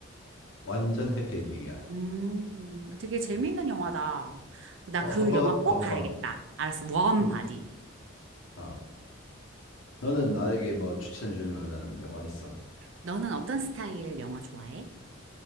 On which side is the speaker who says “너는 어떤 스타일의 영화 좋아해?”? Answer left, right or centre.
Right